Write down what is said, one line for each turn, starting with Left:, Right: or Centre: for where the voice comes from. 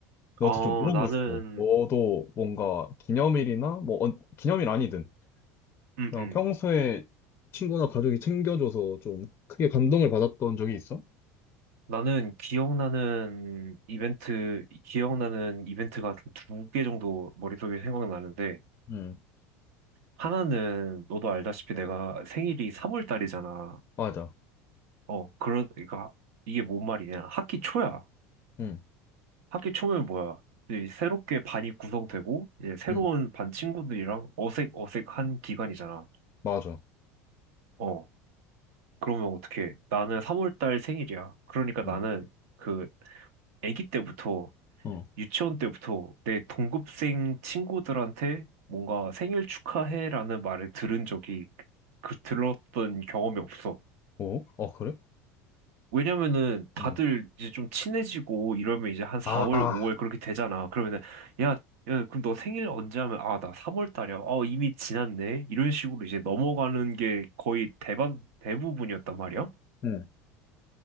Left: 너한테
Right: 아,
Left: 좀 물어보고
Right: 나는,
Left: 싶어. 너도 뭔가 기념일이나 뭐, 언- 기념일 아니든
Right: 응,
Left: 그냥
Right: 응.
Left: 평소에 친구나 가족이 챙겨줘서 좀 크게 감동을 받았던 적이 있어?
Right: 나는 기억나는 이벤트, 기억나는 이벤트가 두 개 정도 머릿속에 생각나는데,
Left: 응,
Right: 하나는 너도 알다시피 내가 생일이 3월 달이잖아.
Left: 맞아.
Right: 어, 그러니까 이게 뭔 말이냐. 학기 초야.
Left: 응,
Right: 학기 초면 뭐야. 이제 새롭게 반이 구성되고, 이제 새로운
Left: 응,
Right: 반 친구들이랑 어색 어색한 기간이잖아.
Left: 맞아.
Right: 어. 그러면 어떻게? 나는 3월달 생일이야. 그러니까
Left: 어,
Right: 나는 그 아기 때부터
Left: 어,
Right: 유치원 때부터 내 동급생 친구들한테 뭔가 생일 축하해라는 말을 들은 적이 그 들었던 경험이 없어.
Left: 어, 어, 그래?
Right: 왜냐면은 다들
Left: 응.
Right: 이제 좀 친해지고 이러면 이제 한 4월,
Left: 아,
Right: 5월 그렇게 되잖아. 그러면은 야, 야, 그럼 너 생일 언제 하면 아, 나 3월 달이야. 아, 이미 지났네. 이런 식으로 이제 넘어가는 게 거의 대반 대부분이었단 말이야.
Left: 응,